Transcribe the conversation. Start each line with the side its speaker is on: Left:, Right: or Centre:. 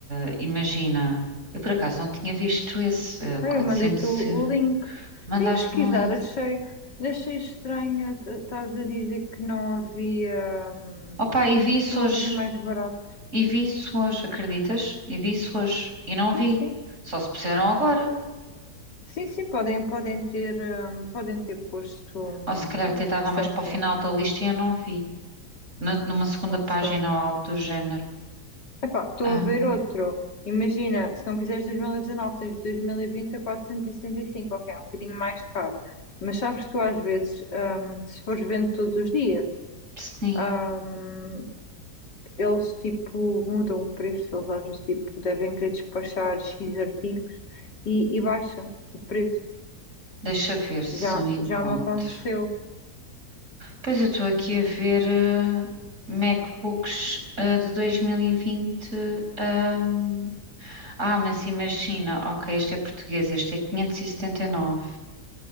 Right: eh, imagina, eu por acaso não tinha visto esse eh,
Left: Ah,
Right: 400
Left: eu mandei-te o,
Right: euros.
Left: o link.
Right: Mandaste-me
Left: Vim pesquisar,
Right: um link.
Left: achei, achei estranho t- estares a dizer que não havia, hum,
Right: Opa, e vi isso
Left: que não
Right: hoje.
Left: havia mais barato.
Right: E vi isso hoje, acreditas? E vi isso hoje. E não vi.
Left: Sim, sim.
Right: Só se puseram agora.
Left: Sim, sim, podem, podem ter, hum, podem ter posto, hum,
Right: Ou se calhar até estava
Left: recentemente,
Right: mais para o final da lista e eu não vi. Na- numa segunda
Left: não
Right: página
Left: sei.
Right: ou algo do género.
Left: Epá, estou
Right: Ahm,
Left: a ver outro. Imagina, se não quiseres 2019 tens 2020 a 475 ok, é um bocadinho mais caro. Mas sabes tu às vezes, hum, se fores vendo todos os dias.
Right: sim,
Left: hum, eles tipo mudam o preço, eles às vezes tipo devem querer despachar X artigos e, e baixa o preço.
Right: deixa ver se
Left: Já,
Right: eu encontro.
Left: já me aconteceu.
Right: Pois eu estou aqui a ver eh, MacBooks eh, de 2020. ahm. Ah, mas imagina, ok, este é português, este é 579.